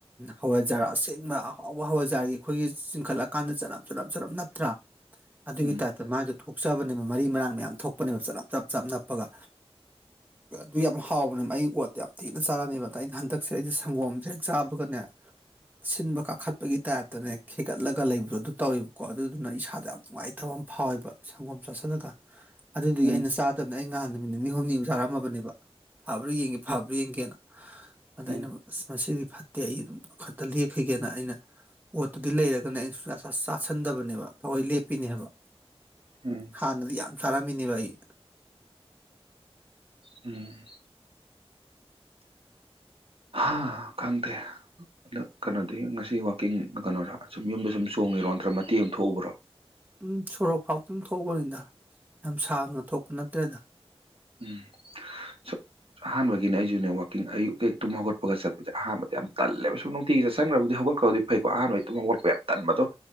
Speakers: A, on the right; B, on the right.
A: ꯍꯋꯥꯏꯖꯥꯔ ꯑꯁꯦꯡꯕ ꯑꯍꯥꯎꯕ ꯍꯋꯥꯏꯖꯥꯔꯒꯤ ꯑꯩꯈꯣꯏꯒꯤ ꯆꯤꯡꯈꯠꯂꯀꯥꯟꯗ ꯆꯅꯞ ꯆꯅꯞ ꯆꯅꯞ ꯅꯞꯇ꯭ꯔꯥ ꯑꯗꯨꯒꯤ
B: ꯎꯝ
A: ꯇꯥꯏꯞꯇ ꯃꯥꯒꯤ ꯊꯣꯛꯆꯕꯅꯦꯕ ꯃꯔꯤ ꯃꯔꯥꯡ ꯃꯌꯥꯝ ꯊꯣꯛꯄꯅꯦꯕ ꯆꯞꯅꯞ ꯆꯞ ꯆꯞ ꯅꯞꯄꯒ
B: <inaudible>
A: ꯑꯗꯨ ꯌꯥꯝ ꯍꯥꯎꯕꯅꯦ ꯑꯩ ꯑꯣꯠꯇꯤ ꯌꯥꯝ ꯊꯤꯅ ꯆꯥꯔꯝꯃꯦꯕ ꯑꯗꯥ ꯑꯩꯅ ꯍꯟꯗꯛꯁꯦ ꯑꯩꯖꯦ ꯁꯪꯒꯣꯝꯖꯦ ꯍꯦꯛ ꯆꯥꯕꯒꯅꯦ ꯑꯁꯤꯟꯕ ꯀꯥꯈꯠꯄꯒꯤ ꯇꯥꯏꯞꯇꯅꯦ ꯈꯦꯒꯠꯂꯒ ꯂꯩꯕꯗꯣ ꯑꯗꯨ ꯇꯧꯋꯦꯕꯀꯣ ꯑꯗꯨꯗꯨꯅ ꯏꯁꯥꯗ ꯌꯥꯝ ꯅꯨꯡꯉꯥꯏ ꯇꯥꯕ ꯑꯝ ꯐꯥꯎꯋꯦꯕ ꯁꯪꯒꯣꯝ ꯆꯥꯁꯤꯜꯂꯒ ꯑꯗꯨꯗꯨꯒꯤ
B: ꯎꯝ
A: ꯑꯩꯅ ꯆꯥꯗꯕꯅꯦ ꯑꯩ ꯉꯍꯥꯟ ꯅꯨꯃꯤꯠ ꯅꯤꯅꯤ ꯍꯨꯝꯅꯤꯃꯨꯛ ꯆꯥꯔꯝꯃꯕꯅꯦꯕ ꯐꯥꯕ꯭ꯔꯥ ꯌꯦꯡꯒꯦ ꯐꯕ꯭ꯔꯥ ꯌꯦꯡꯒꯦꯅ ꯑꯗ
B: ꯎꯝ
A: ꯑꯩꯅ ꯑꯁ ꯃꯁꯤꯗꯤ ꯐꯠ ꯇꯦꯍꯤ ꯈꯛꯇ ꯂꯦꯛꯈꯤꯒꯦꯅ ꯑꯩꯅ ꯑꯣꯠꯇꯨꯗꯤ ꯂꯩꯔꯒꯅꯦ ꯑꯩꯅ ꯁꯨꯆꯥ ꯆꯥ ꯆꯥꯁꯟꯗꯕꯅꯦꯕ ꯊꯋꯣꯏ ꯂꯦꯞꯄꯤꯅꯦ ꯍꯥꯏꯕ
B: ꯎꯝ
A: ꯍꯥꯟꯅꯗꯤ ꯌꯥꯝ ꯆꯥꯔꯝꯃꯤꯅꯦꯕ ꯑꯩ
B: ꯎꯝ ꯍꯥꯥ ꯈꯪꯗꯦ ꯑꯗꯣ ꯀꯩꯅꯣꯗꯤ ꯉꯁꯤ ꯋꯥꯛꯀꯤꯡ ꯀꯩꯅꯣꯔꯥ ꯁꯨꯝ ꯌꯨꯝꯗ ꯁꯨꯝ ꯆꯣꯡꯉꯤꯔꯣ ꯅꯠꯇ꯭ꯔꯒ ꯃꯇꯦꯛ ꯑꯃ ꯊꯣꯛꯎꯕ꯭ꯔꯣ
A: ꯎꯝ ꯁꯣꯔꯣꯛ ꯐꯥꯎꯇꯪ ꯊꯣꯛꯎꯕꯅꯤꯗ ꯌꯥꯝ ꯁꯥꯡꯅ ꯊꯣꯛꯄ ꯅꯠꯇ꯭ꯔꯦꯗ
B: ꯎꯝ ꯁꯣ ꯑꯍꯥꯟꯕꯒꯤꯅꯦ ꯑꯩꯖꯨꯅꯦ ꯋꯥꯀꯤꯡ ꯑꯌꯨꯛ ꯍꯦꯛ ꯇꯨꯝ ꯍꯧꯒꯠꯄꯒ ꯆꯠꯄꯖꯦ ꯑꯍꯥꯟꯕꯗ ꯌꯥꯝ ꯇꯜꯂꯦꯕ ꯁꯨꯝ ꯅꯨꯡꯇꯤꯒꯤ ꯆꯠꯁꯟꯒ꯭ꯔꯕꯨꯗꯤ ꯍꯧꯒꯠꯈ꯭ꯔꯕꯗꯤ ꯐꯩꯀꯣ ꯑꯍꯥꯟꯕꯩ ꯇꯨꯝ ꯍꯧꯖꯠꯄ ꯌꯥꯝ ꯇꯟꯕꯗꯣ